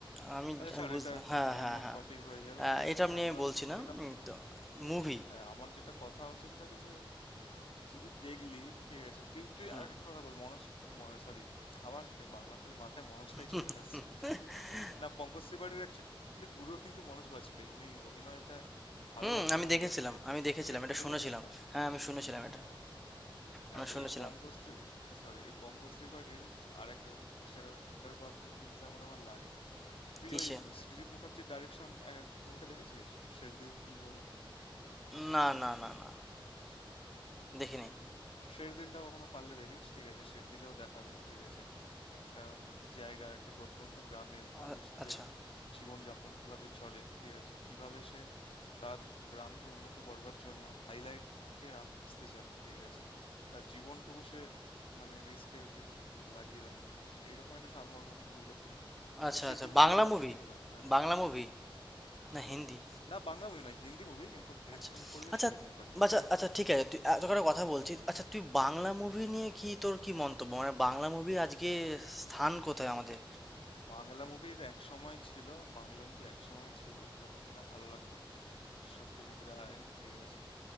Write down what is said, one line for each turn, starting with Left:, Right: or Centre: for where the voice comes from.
Centre: আমি
Left: আচ্ছা
Centre: আমি
Left: ছাড়
Centre: বুঝ
Left: এটা
Centre: হ্যাঁ
Left: অন্য
Centre: হ্যাঁ হ্যাঁ
Left: টপিক হয়ে যাবে
Centre: আহ,
Left: ঠিক
Centre: এটা
Left: আছে
Centre: আপনি
Left: আমরা
Centre: আমি বলছি না
Left: যেটা
Centre: উম, তো মুভি
Left: হ্যাঁ আমার যেটা কথা হচ্ছে সেটা হচ্ছে যে যদি দেখলি ঠিক আছে তুই তুই
Centre: হুম
Left: আর একটা কথা বল মনোজ মনে সরি আবার সেই বারবার খালি মাথায় মনোজটাই
Centre: <laughs>
Left: চলে আসছে না পঙ্কজ ত্রিপাঠীর অ্যাকচুয়ালি গুরু কিন্তু মনোজ বাজপেয়ী উনি অভিনয়টা ভালোবাসে
Centre: হুম আমি
Left: মনোজ
Centre: দেখেছিলাম
Left: বাজপেয়ীর জন্য
Centre: আমি দেখেছিলাম
Left: এটা এটা
Centre: এটা
Left: এটা
Centre: শুনেছিলাম
Left: জানিস তো
Centre: হ্যাঁ আমি শুনেছিলাম এটা
Left: হ্যাঁ হ্যাঁ,
Centre: আমি
Left: তো
Centre: শুনেছিলাম
Left: এই পঙ্কজ সরি এই পঙ্কজ ত্রিপাঠীর আর একটা স্টেলার পারফরমেন্স যেমন আমার লাগে তুই
Centre: কিসে
Left: ওই উম সৃজিত মুখার্জির ডাইরেকশন মুভিটা দেখেছিস শেরদিল বলে
Centre: না না না না দেখিনি
Left: শেরদিলটা কখনো পারলে দেখিস ঠিক আছে শেরদিলেও দেখাবে ঠিক আছে একটা উম জায়গা একটা প্রত্যন্ত গ্রামের মানুষদের
Centre: আ- আচ্ছা
Left: জীবনযাপন কিভাবে চলে ঠিক আছে কিভাবে সে তার গ্রামকে উন্নত করবার জন্য হাইলাইটে আসতে চায় ঠিক আছে তার জীবনটুকু সে মানে রিস্কে লাগিয়ে দেয় ঠিক আছে এইরকম একটা সারমর্ম নিয়ে মুভিটা তৈরি
Centre: আচ্ছা
Left: ওই শেরদিল
Centre: আচ্ছা
Left: মুভিটা
Centre: বাংলা
Left: দেখিস
Centre: মুভি
Left: ভালো লাগবে আশা
Centre: বাংলা
Left: করি
Centre: মুভি না হিন্দি
Left: না বাংলা মুভি নয় হিন্দি মুভি কিন্তু ডিরেকশন
Centre: আচ্ছা
Left: করেছে
Centre: আচ্ছা
Left: সৃজিত মুখার্জি
Centre: আচ্ছা
Left: ঠিক আছে
Centre: আচ্ছা ঠিক আছে তুই এত করে কথা বলছিস আচ্ছা তুই বাংলা মুভি নিয়ে কি তোর কি মন্তব্য মানে বাংলা মুভি আজকে স্থান কোথায় আমাদের
Left: বাংলা মুভির এক সময় ছিল বাংলা মুভি এক সময় ছিল যখন কিনা ভালো লাগতো সত্যজিৎ রায় ঠিক আছে